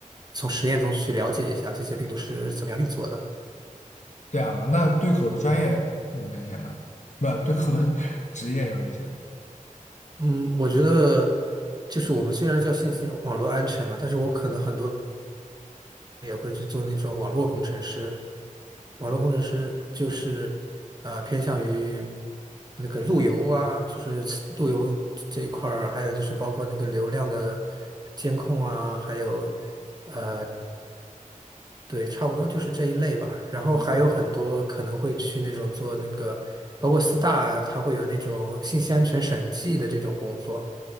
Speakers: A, on the right (about 30°); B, on the left (about 60°).
A: 从实验中去了解一下这些病毒是怎么样运作的。
B: 这样吧，那对口的专业有哪些呢？不，对口的 <laughs> 职业有哪些呢？
A: 嗯，我觉得就是我们虽然叫信息网络安全嘛，但是我可能很多也会去做那种网络工程师。网络工程师就是呃偏向于
B: 嗯
A: 那个路由啊，就是路由这一块儿，还有就是包括那个流量的监控啊，还有。呃。对，差不多就是这一类吧。然后还有很多可能会去那种做那个，
B: 嗯，
A: 包括四大啊，它会有那种信息安全审计的这种工作。